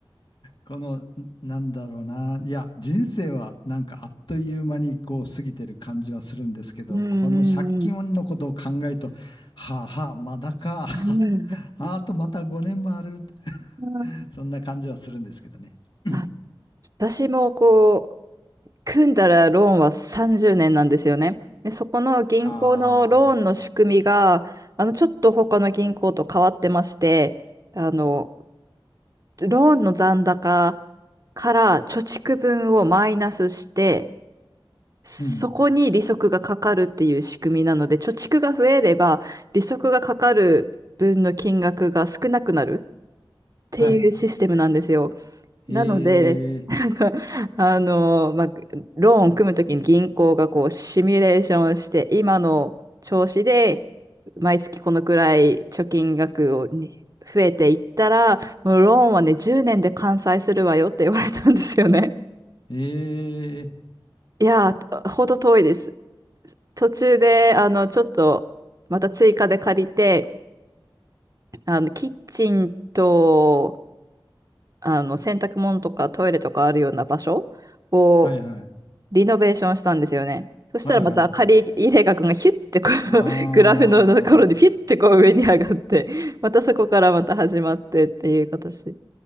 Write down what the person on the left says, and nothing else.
この、なんだろうな。いや、人生はなんかあっという間にこう過ぎてる感じはするんですけど、
この借金のことを考えると、
はあはあ、まだか。<laughs>
あとまた5年もある。<laughs>
そんな感じはするんですけどね。<clears throat> うん
ああ、
うん。
はい。
ええ、
ええ、
はいはい。
はいはい。ああ、